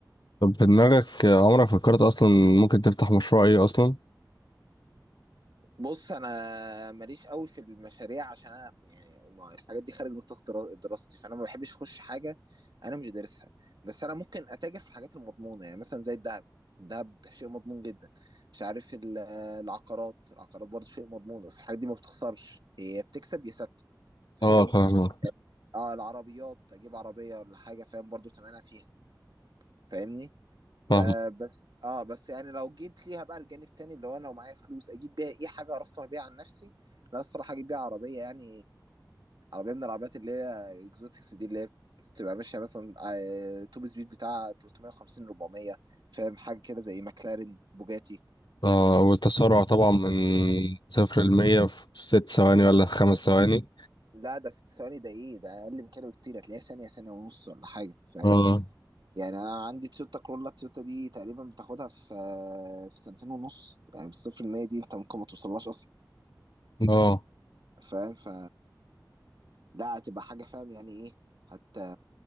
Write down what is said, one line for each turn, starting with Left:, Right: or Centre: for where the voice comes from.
Left: طب في دماغك آه، عمرك فكرت اصلا ممكن تفتح مشروع ايه اصلا
Right: بص انا ماليش قوي في المشاريع عشان انا يعني ما- الحاجات دي خارج نطاق درا- دراستي فانا ما بحبش اخش حاجه انا مش دارسها بس انا ممكن اتاجر في الحاجات المضمونه يعني مثلا زي الذهب الذهب شيء مضمون جدا مش عارف ال- العقارات العقارات برضه شيء مضمون بس الحاجات دي ما بتخسرش هي بتكسب يا ثابته فاهمني
Left: اه فاهم
Right: اه العربيات اجيب عربيه ولا حاجه فاهم برضو تمنها فيها فاهمني ب-
Left: فاهم
Right: بس اه بس يعني لو جيت ليها بقى الجانب التاني اللي هو انا لو معايا فلوس اجيب بيها ايه حاجه ارفه بيها عن نفسي لا الصراحه اجيب بيها عربيه يعني عربيه من العربيات اللي هي الاكزوتكس دي اللي هي بتبقى ماشيه مثلا آه، توب سبيد بتاع 350 400 فاهم حاجه كده زي ماكلارين بوجاتي
Left: آه والتسارع طبعا من صفر لمية في ست ثواني ولا خمس ثواني
Right: لا ده ست ثواني ده ايه ده اقل من كده بكتير هتلاقيها ثانيه ثانيه ونص ولا حاجه فاهم
Left: اه
Right: يعني انا عندي تويوتا كرولا التويوتا دي تقريبا بتاخدها في في سنتين ونص يعني بالصفر المية دي انت ممكن ما توصلهاش اصلا
Left: اه
Right: فاهم ف لا هتبقى حاجه فاهم يعني ايه هت...